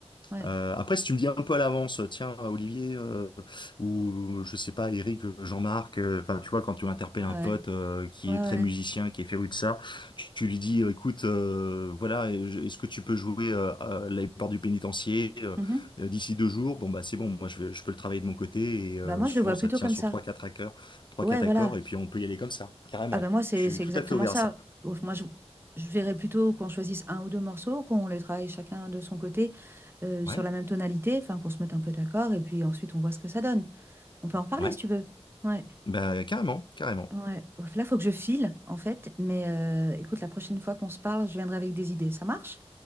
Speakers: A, on the right; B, on the left.
A: ouais,
B: Euh, après, si tu me dis un peu à l'avance, tiens, Olivier, euh, ou je sais pas, Eric, euh, Jean-Marc, euh, enfin, tu vois, quand tu interpelles un
A: ouais,
B: pote euh, qui
A: ouais, ouais.
B: est très musicien, qui est féru de ça, tu, tu lui dis, euh, écoute, euh, voilà, et je- est-ce que tu peux jouer euh, à la porte du pénitencier euh,
A: Mhm.
B: euh, d'ici deux jours? Bon, bah, c'est bon, moi, je, vais- je peux le travailler de mon côté, et euh,
A: Bah, moi,
B: souvent,
A: je le vois
B: ça
A: plutôt
B: tient
A: comme
B: sur
A: ça.
B: trois, quatre accords, trois,
A: Ouais,
B: quatre
A: voilà.
B: accords, et puis on peut y aller comme ça, carrément.
A: Ah, ben moi, c'est,
B: Je suis
A: c'est
B: tout
A: exactement
B: à fait ouvert
A: ça.
B: à ça.
A: Ouf, moi, je, je verrais plutôt qu'on choisisse un ou deux morceaux, qu'on les travaille chacun de son côté euh,
B: Ouais,
A: sur la même tonalité, enfin, qu'on se mette un peu d'accord, et puis ensuite, on voit ce que ça donne. On peut en reparler
B: ouais,
A: si tu veux. Ouais.
B: bah, carrément, carrément.
A: Ouais. Ouf, Là, faut que je file, en fait. Mais euh, écoute, la prochaine fois qu'on se parle, je viendrai avec des idées. Ça marche?